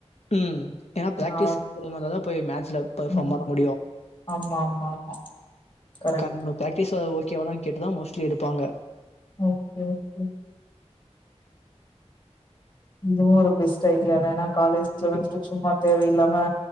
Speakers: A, on the left; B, on the left.
A: ம் ஏனா பிராக்டிஸ்க்கு
B: ஆ
A: போனாதா போய் மேட்ச்ல பர்ஃபாம்
B: ம்
A: பண்ண முடியு
B: ஆமா ஆமா ஆமா கரெக்ட்
A: காரண பிராக்டிஸ் ஓகே வானு கேட்டுதா மோஸ்ட்லி எடுப்பாங்க
B: ஓகே ஓகே இதுவு ஒரு பெஸ்ட் ஐடியாதானா காலேஜ்ல
A: கண்டிப்பா,
B: வந்ட்டு சும்மா தேவையில்லாம